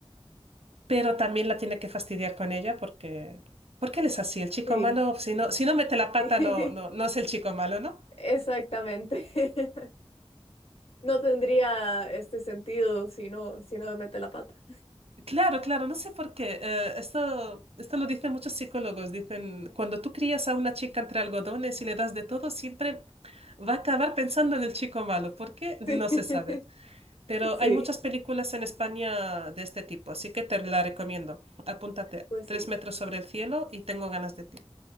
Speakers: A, on the right; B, on the left.
A: Pero también la tiene que fastidiar con ella porque porque él es así. El chico
B: sí,
A: malo, si no si no mete la pata
B: <laughs>
A: no no no es el chico malo, ¿no?
B: exactamente. <laughs> No tendría este sentido si no, si no me mete la pata.
A: Claro, claro, no sé por qué. eh, esto, esto lo dicen muchos psicólogos. Dicen, cuando tú crías a una chica entre algodones y le das de todo, siempre va a acabar pensando en el chico malo. ¿Por qué?
B: <laughs> Sí,
A: No se sabe. Pero
B: <laughs> sí,
A: hay muchas películas en España de este tipo, así que te la recomiendo. Apúntate,
B: pues
A: Tres
B: sí.
A: metros sobre el cielo y tengo ganas de ti.